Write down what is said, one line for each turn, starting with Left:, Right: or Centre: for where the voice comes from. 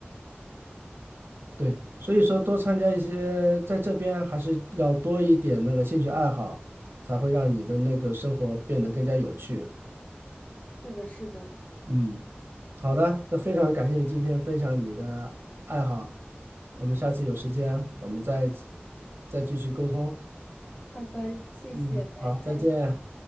Right: 对，所以说多参加一些，在这边还是要多一点那个兴趣爱好，才会让你的那个生活变得更加有趣。
Left: 是的，是的。
Right: 嗯。好的，那非常感谢你今天分享你的爱好，我们下次有时间我们再再继续沟通。
Left: 好的，谢谢，
Right: 嗯，
Left: 拜拜。
Right: 好，再见。